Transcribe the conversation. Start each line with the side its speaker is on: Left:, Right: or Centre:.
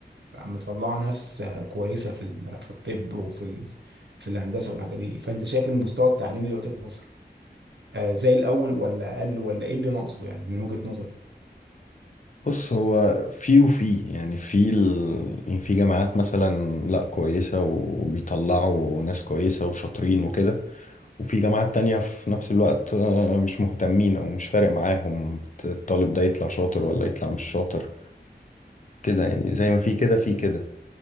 Right: بقى مطلعه ناس كويسه في ال- في الطب وفي ال- في الهندسه والحاجات دي فانت شايف المستوى التعليمي دلوقتي في مصر آه، زي الاول ولا اقل ولا ايه اللي ناقصه يعني من وجهه نظرك
Left: بص هو في وفي يعني في ال... يعني في جامعات مثلا لا كويسة وبيطلعوا ناس كويسة وشاطرين وكده وفي جامعات تانية في نفس الوقت آه، مش مهتمين أو مش فارق معاهم الطالب ده يطلع شاطر ولا يطلع مش شاطر كده يعني زي ما في كده في كده